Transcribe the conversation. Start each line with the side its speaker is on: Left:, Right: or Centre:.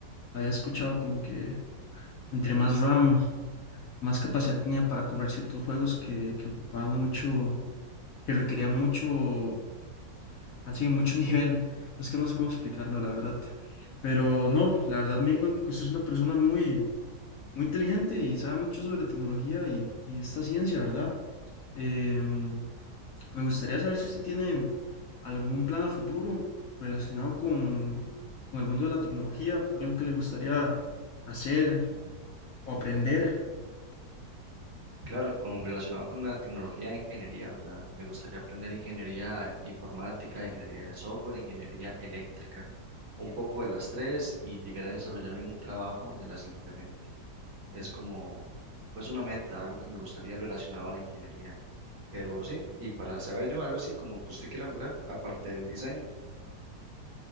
Left: había escuchado como que entre más RAM, más capacidad tenía para correr ciertos juegos que, que ocupaban mucho, que requerían mucho, así, mucho <laughs> nivel. Es que no sé cómo explicarlo, la verdad. Pero no, la verdad me di cuenta que usted es una persona muy, muy inteligente y sabe mucho sobre tecnología y, y esta ciencia, ¿verdad? Em, me gustaría saber si usted tiene algún plan a futuro relacionado con, con el mundo de la tecnología, algo que le gustaría hacer o aprender.
Right: Claro, con, relacionado con la tecnología de ingeniería, ¿verdad? Me gustaría aprender ingeniería informática, ingeniería de software, ingeniería eléctrica, un poco de las tres y llegar a desarrollarme en un trabajo donde las implemente. es como, pues una meta, algo que me gustaría relacionado a la ingeniería. Pero sí, y para saber yo algo así como que usted quiera lograr, aparte del diseño.